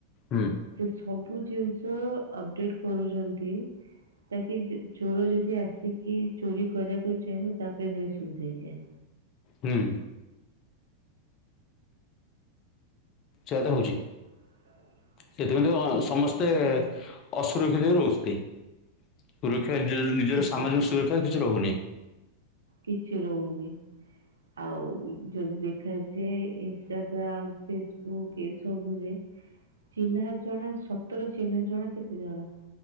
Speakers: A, on the left; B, on the right.
A: ହୁଁ।
B: ସେ ସବୁ ଜିନିଷ ଅପଡେଟ କରୁଚନ୍ତି। ତାକି ଚୋର ଯଦି ଆସିକି ଚୋରି କରିବାକୁ ଚାହିଁବ ତାପାଇଁ ଭାରି ସୁବିଧା ହେଇଯାଏ।
A: ହୁଁ। ସେୟାତ ହଉଚି।
B: ଆ।
A: ସେଥିପାଇଁ ତ ସମସ୍ତେ ଅସୁରକ୍ଷିତରେ ରହୁଚନ୍ତି। ସୁରକ୍ଷା ନିଜର
B: ଠିକ୍
A: ସାମାଜିକ
B: କଥା
A: ସୁରକ୍ଷା କିଛି ରହୁନି।
B: କିଛି ରହୁନି। ଆଉ ଯଦି ଦେଖାଯାଏ ଇନଷ୍ଟାଗ୍ରାମ ଫେସବୁକ୍ ଏସବୁରେ ଚିହ୍ନା ଜଣା ସତର ଚିହ୍ନା ଜଣା କେତେ ଜଣ।